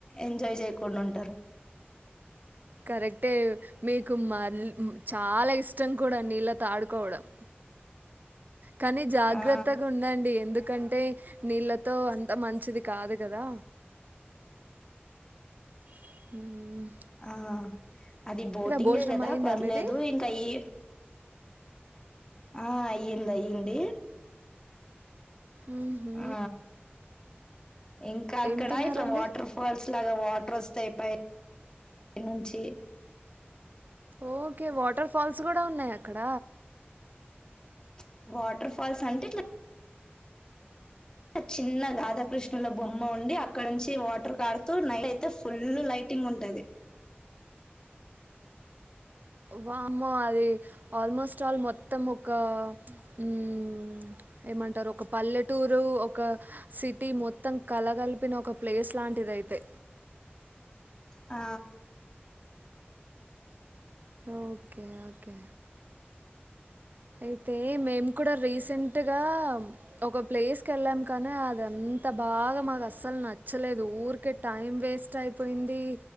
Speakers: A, on the left; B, on the right.
A: ఎంజాయ్ జేయ్ కుండా ఉంటారు
B: కరెక్టే మీకు మర్ ల్ చాలా ఇష్టం కూడా నీళ్ళ తో ఆడుకోవడం కానీ జాగ్రత్త
A: ఆ
B: గుండండి ఎందుకంటే నీళ్ళతో అంత మంచిది కాదు కదా హ్మ్
A: ఆ అది బోటింగే
B: భోజనం
A: కదా
B: అయిందా
A: పర్లేదు
B: మీది
A: ఇంకా ఈ ఆ అయ్యిందయ్యింది
B: మ్హూ.
A: ఆ ఇంకా అక్కడ
B: ఏం తిన్నారండి
A: ఇట్లా వాటర్ ఫాల్స్ లాగా వాటర్ వస్తయి పై ఇన్ నుంచి
B: ఓకే వాటర్ ఫాల్స్ కూడా ఉన్నాయి అక్కడ
A: చ్ వాటర్ ఫాల్స్ అంటే ఇట్లా చిన్న రాగాధాకృష్ణుల బొమ్మ ఉండి అక్కడ నుంచి వాటర్ కారుతూ నైట్ అయితే ఫుల్ లైటింగ్ ఉంటది
B: వామ్మో అది ఆల్మోస్ట్ ఆల్ మొత్తం ఒక ఊ మ్ ఏమంటారు ఒక పల్లెటూరు ఒక సిటీ మొత్తం కలగలి పి న ఒక ప్లేస్ లాంటిది అయితే
A: ఆ
B: ఓకే ఓకే అయితే మేము కూడా రీసెంట్ గా ఒక ప్లేస్ క వెళ్ళాం కానీ అద అంత బాగా మాకు అసలు నచ్చలేదు ఊరికే టైం వేస్ట్ అయిపోయింది